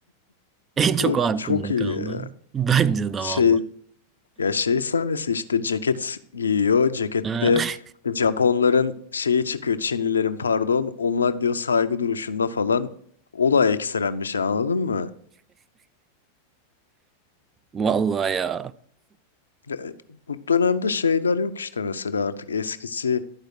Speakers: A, on the right (about 20°); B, on the left (about 75°).
A: En çok
B: O
A: o aklımda
B: çok iyi
A: kaldı.
B: ya.
A: Bence de valla.
B: Şey Ya şey sahnesi işte ceket giyiyor. Cekette
A: Ha,
B: işte Japonların şeyi çıkıyor. Çinlilerin pardon. Onlar diyor saygı duruşunda falan. O da ekstrem bir şey anladın mı?
A: <laughs> Vallahi ya.
B: Ya, e, bu dönemde şeyler yok işte mesela artık eskisi